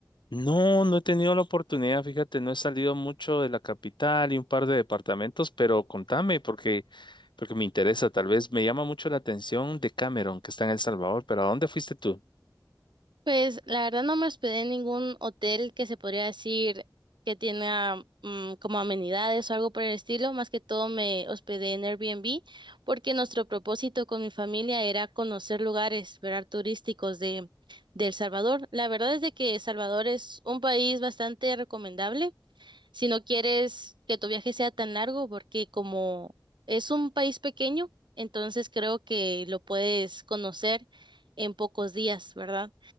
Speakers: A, on the left; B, on the right.
A: No, no he tenido la oportunidad, fíjate, no he salido mucho de la capital y un par de departamentos, pero contame porque, porque me interesa, tal vez me llama mucho la atención de Cameron, que está en El Salvador, pero ¿a dónde fuiste tú?
B: Pues la verdad no me hospedé en ningún hotel que se podría decir que tenga mm, como amenidades o algo por el estilo. Más que todo me hospedé en Airbnb porque nuestro propósito con mi familia era conocer lugares, ¿verdad? turísticos de, de El Salvador. La verdad es de que El Salvador es un país bastante recomendable si no quieres que tu viaje sea tan largo porque como es un país pequeño, entonces creo que lo puedes conocer en pocos días, ¿verdad?